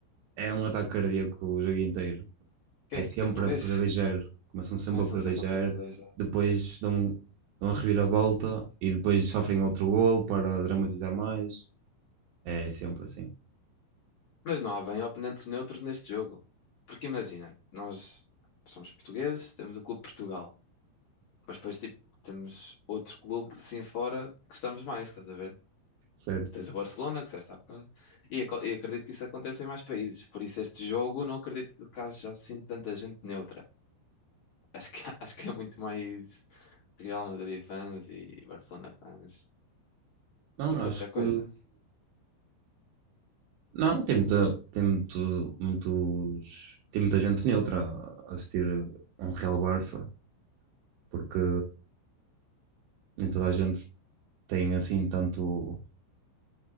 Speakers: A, on the right (about 75°); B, on the left (about 55°).
A: é um ataque cardíaco o jogo inteiro.
B: Quem
A: É
B: é
A: sempre
B: que... Pois,
A: a proteger, começam sempre
B: começam
A: a proteger,
B: sempre a perder dois já.
A: depois
B: Sim.
A: dão, dão a reviravolta e depois sofrem outro golo para dramatizar mais. É sempre assim,
B: Mas não há bem oponentes neutros neste jogo. Porque imagina, nós somos portugueses, temos o Clube Portugal, mas depois tipo, temos outro clube assim fora que gostamos mais, estás a ver?
A: certo?
B: Tu tens o Barcelona, que disseste há bocado, e, aco- e acredito que isso aconteça em mais países. Por isso este jogo não acredito que haja assim tanta gente neutra. Acho que, <laughs> acho que é muito mais Real Madrid fãs e Barcelona fãs
A: Não,
B: do que
A: acho
B: outra coisa.
A: que. Não, tem muita, tem muito, muitos, tem muita gente neutra a assistir a um Real Barça, porque nem toda a gente tem assim tanto